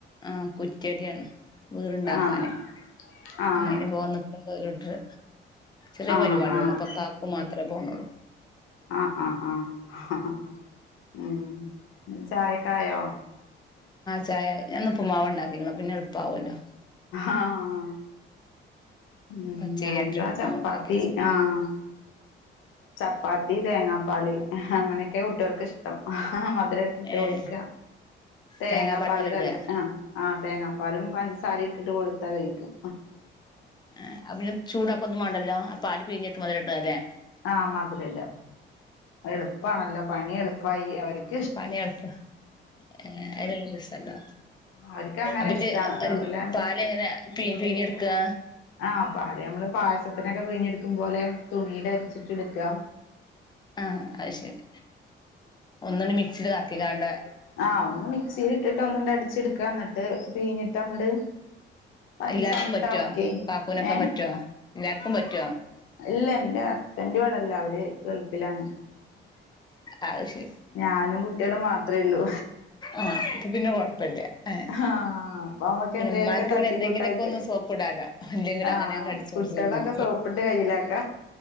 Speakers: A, on the left; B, on the left.
A: ആഹ് കുറ്റിയടിയാണ് വീട്ണ്ടാകനെ
B: ആഹ് ആഹ്
A: ആ അയിന് പോവൻ നിക്കാ നിക്കണ്ട് ഓരൂട്ടര് ചെറിയ
B: ആഹ്
A: പരിപാടിയള്ളൂ
B: ആഹ്
A: അപ്പൊ കാക്കൂ മാത്രമേ പോണൊള്ളൂ
B: ആഹ് ആഹ് ആഹ് ഉം ഇങ്ങക്ക് ചായക്കായോ
A: ചായായി ഞാൻ ന്ന് ഉപ്പ്മാവാണ്ടാക്കിക്കണ് പിന്നെ എളുപ്പമാവൊല്ലോ
B: ആഹ് ഉം
A: പച്ചരിയാട്ടി
B: ഞാനിതാ
A: ഉപ്പുമാവ്
B: ചപ്പാത്തി
A: ഉണ്ടാക്കി വെച്ചു
B: ആഹ് ചപ്പാത്തി തേങ്ങാപ്പാല് അങ്ങനെയൊക്കെ കുട്ടികൾക്ക് ഇഷ്ടം മധുര ട്ട്
A: ഏഹ്
B: കൊടുക്ക തേങ്ങാ
A: തേങ്ങാപ്പാല്
B: പാൽ
A: മധുരടേ
B: കറി ആഹ് ആഹ് തേങ്ങാപ്പാലും പഞ്ചസാര ഇട്ടിട്ട് കൊടുത്താ കഴിക്കും
A: ഏ അത് പിന്നെ ചൂടൊക്കെ ഒന്നും വേണ്ടല്ലോ പാല് പിഞ്ഞേക്ക് മധരം ഇട്ട അല്ലേ
B: ആഹ് മാധരില്ല എളുപ്പാണല്ലോ പണി എളുപ്പമായി അവര്ക്ക്
A: ആഹ് പണി എള്പ്പ ഏ അതിന
B: അവർക്ക് അങ്ങനെ
A: <unintelligible>
B: ഇഷ്ടാണ് അതുപോലെ
A: പാൽ എങ്ങനെ പീഞ്ഞ്ടുക്കാ
B: ആഹ് പല് നമ്മള് പായസത്തിനൊക്കെ പിഞ്ഞെടുക്കും പോലെ തുണീൽ അരച്ചിട്ട് എടുക്കുക
A: ആഹ് അത് ശരി ഒന്ന്ണ്ട് മിക്സിയിൽ കറക്കികാണ്ട്
B: ആഹ് ഒന്ന് മക്സിലിട്ടിട്ട് ഒന്നിണ്ട് അടിച്ചെടുക്കാ എന്നട്ട് പീഞ്ഞിട്ട് അങ്ങട് പഞ്ചസാര
A: എല്ലാര്ക്കും
B: ഇട്ടാ
A: പറ്റോ
B: ഓക്കെ
A: കാക്കൂനൊക്കെ
B: ഏ
A: പറ്റോ എല്ലാര്ക്കും പറ്റോ
B: ഇല്ല എന്റെ ഹസ്ബൻറ് ഇവിടെ ഇല്ല്യ അവര് ഗൾഫിലാണ്
A: അത് ശരി
B: ഞാനും കുട്ടികളും മാത്രേള്ളൂ
A: ആഹ് അപ്പൊ പിന്നെ കൊഴപ്പല്ല ഏഹ്
B: ആഹ് അപ്പൊമ്മക്ക്
A: പിന്നെ
B: എന്തേലൊക്കെ
A: ഉമ്മാർക്ക്
B: തട്ടിക്കൂട്ടായിട്ട്
A: പിന്നെ എന്തെങ്കിലുമൊക്കെ ഒന്ന് സോപ്പ് ഇടാലോ ഇല്ലെങ്കിലും
B: ആഹ്
A: അങ്ങനെയും കടിച്ച്
B: കുട്ടികളൊക്കെ
A: തിന്നും
B: സോപ്പിട്ട് കയ്യിലക്ക